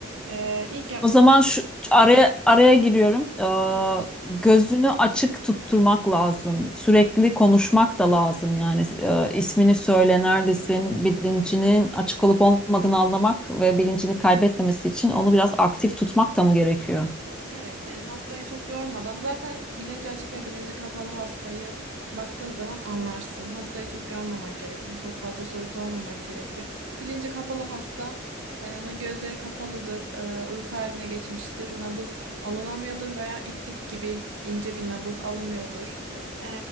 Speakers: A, on the right (about 65°); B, in the centre.
A: Ee, ilk yapmamız
B: O zaman şu araya araya giriyorum. Ee, gözünü açık tutturmak lazım. Sürekli konuşmak da lazım yani. Ee, ismini söyle, neredesin, bilincinin açık olup olmadığını anlamak ve bilincini kaybetmemesi için onu biraz aktif tutmak da mı gerekiyor?
A: Evet yani hastayı çok yormadan zaten bilinci açık ve bilinci kapalı hastayı baktığın zaman anlarsın. Hastayı çok yormamak gerekiyor. Çok fazla soru sormamak gerekiyor. Bilinci kapalı hasta e, onun gözleri kapalıdır, e, uyku haline geçmiştir, nabız alınamıyordur veya iplik gibi ince bir nabız alınıyordur. E,